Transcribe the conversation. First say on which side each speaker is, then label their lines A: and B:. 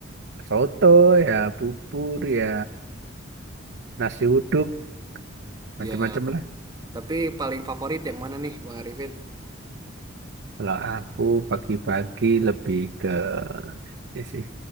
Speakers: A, on the right; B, on the right.
A: soto, ya bubur, ya nasi uduk, macam-macam
B: Ya, tep-
A: lah.
B: tapi paling favorit yang mana nih, Bang Arifin?
A: Kalau aku pagi-pagi lebih ke ini sih